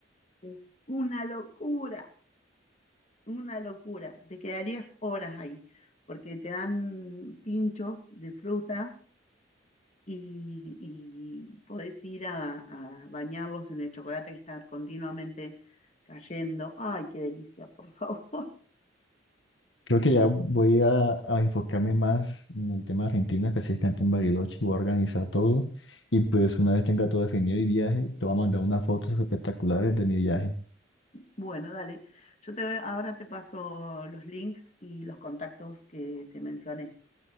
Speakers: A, on the left (about 40°); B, on the left (about 85°).
A: es una locura. una locura, te quedarías horas ahí, porque te dan pinchos de frutas y, y podés ir a, a bañarlos en el chocolate que está continuamente cayendo. Ay, qué delicia, por favor. <laughs>
B: Creo que ya voy a, a enfocarme más en el tema Argentina, específicamente en Bariloche, voy a organizar todo y pues una vez tenga todo definido y viaje, te voy a mandar unas fotos espectaculares de mi viaje.
A: Bueno, dale. Yo te, ahora te paso los links y los contactos que te mencioné.